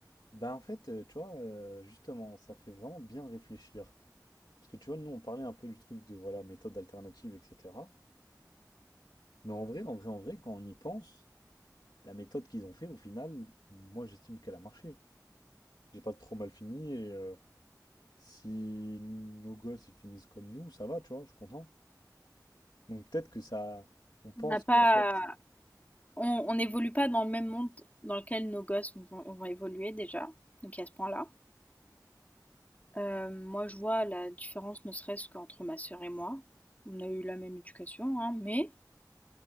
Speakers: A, on the left; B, on the left.
A: Bah, en fait, euh, tu vois, euh, justement, ça fait vraiment bien réfléchir. Parce que, tu vois, nous, on parlait un peu du truc de, voilà, méthode alternative, etc. Mais en vrai, en vrai, en vrai, quand on y pense, la méthode qu'ils ont fait, au final, moi j'estime qu'elle a marché. J'ai pas trop mal fini et euh, si nos gosses ils finissent comme nous, ça va, tu vois, je suis content. Donc peut-être que ça. On pense
B: On n'a pas,
A: qu'en fait.
B: on, on n'évolue pas dans le même monde dans lequel nos gosses vont, vont évoluer déjà. Donc à ce point-là, Euh, moi, je vois la différence, ne serait-ce qu'entre ma sœur et moi. On a eu la même éducation, hein, mais